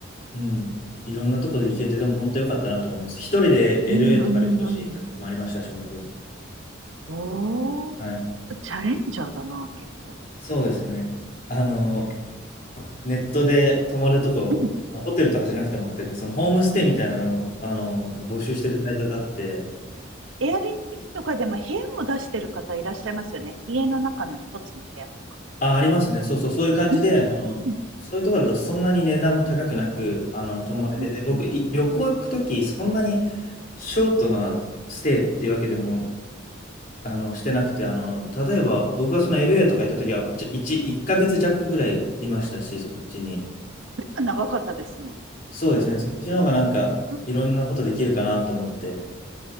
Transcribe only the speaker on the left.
うん、いろんなとこで行けて、でも本当良かったなと思います。一人で
LA とか旅行しに行った時もありましたし、僕。
はい。
そうですね。あの、ネットで泊まるとこ、
ホテルとかじゃなくて全く、そのホームステイみたいなのを、あの、募集してるサイトがあって、
あ、ありますね。そうそう、そういう感じで、
あの、
そういうところだとそんなに値段も高くなく、あの、泊まれてて、
僕、
い旅行行くとき、そんなにショートなステイっていうわけでもあの、してなくて、あの、例えば僕がその LA とか行った時は、じゃ1、1ヶ月弱ぐらいいましたし、そこっちに。
そうですね、そっちの方がなんかいろんなことできるかなと思って。